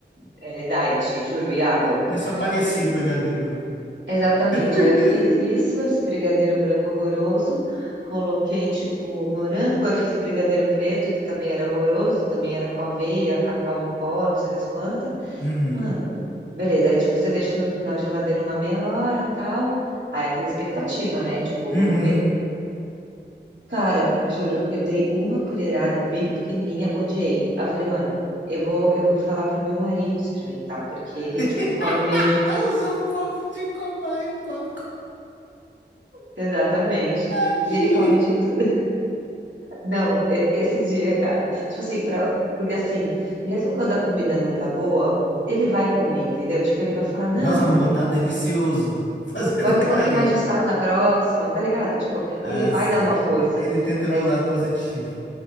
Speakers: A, on the right; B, on the left.
A: eh, diet, juro, e água.
B: Ele só parecia
A: Enfim.
B: o brigadeiro branco.
A: Exatamente.
B: <laughs>
A: Aí eu fiz isso, esse brigadeiro branco horroroso, coloquei tipo morango, aí fiz o brigadeiro preto, que também era horroroso, também era com aveia, cacau em pó, não sei das quantas.
B: Uhum,
A: Mano, beleza. Aí tipo, você deixa no- na geladeira uma meia hora, tal. Aí é aquela expectativa, né? Tipo,
B: uhum.
A: vamos ver. Cara, juro, eu dei uma colherada bem pequenininha, odiei. Aí eu falei, mano, eu vou, eu vou falar pro meu marido experimentar, porque ele,
B: <laughs>
A: tipo, come meio de tudo.
B: Ela
A: <laughs>
B: usou o povo de cobaia, o povo
A: Exatamente.
B: tadinho.
A: E ele come de tudo. Não, e- esse dia, cara. Tipo assim, pra, porque assim, mesmo quando a comida não tá boa, ele vai comer, entendeu? Tipo, ele vai falar, não,
B: Nossa, amor,
A: amor,
B: tá delicioso. <laughs> Fazendo
A: bota
B: careta.
A: um pouquinho mais de sal na próxima, tá ligado? Tipo,
B: Ah,
A: ele vai
B: sim.
A: dar uma força.
B: E- Ele tenta
A: Mas,
B: ver o lado positivo.